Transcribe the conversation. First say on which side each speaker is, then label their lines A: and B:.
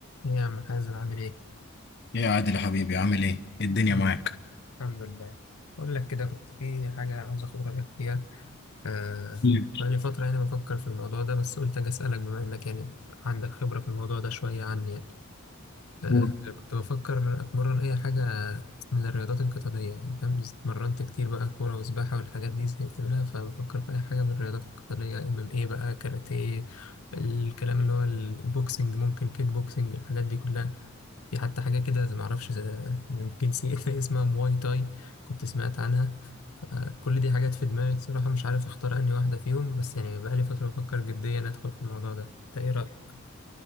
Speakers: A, on the left (about 85°); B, on the left (about 50°).
A: إيه يا عم حازم عامل ايه؟
B: ايه يا عادل يا حبيبي عامل ايه؟ إيه الدنيا
A: الحمد
B: معاك؟
A: الحمد لله بقول لك كده كنت في حاجة عاوز اخد رأيك فيها آه
B: طيب،
A: بقالي فترة يعني بفكر في الموضوع ده بس قلت اجي اسألك بما انك يعني عندك خبرة في الموضوع ده شوية عني يعني آه
B: قول.
A: كنت بفكر اتمرن اي حاجة من الرياضات القتالية يعني فاهم بس اتمرنت كتير بقى كورة وسباحة والحاجات دي زهقت منها فبفكر في اي حاجة من الرياضات القتالية ام ام ايه بقى كاراتيه الكلام اللي هو البوكسنج ممكن كيك بوكسنج الحاجات دي كلها في حتى حاجة كده زي- معرفش زي- يمكن سي <laughs> اسمها مواي تاي كنت سمعت عنها فكل دي حاجات في دماغي الصراحة مش عارف اختار أنهي واحدة فيهم بس يعني بقالي فترة بفكر جديا أدخل في الموضوع ده انت ايه رأيك؟